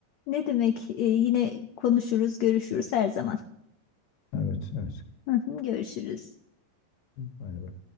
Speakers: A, on the left (about 70°); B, on the left (about 90°).
A: Ne demek? E, yine konuşuruz, görüşürüz her zaman.
B: Evet evet.
A: <laughs> Görüşürüz.
B: Bay bay.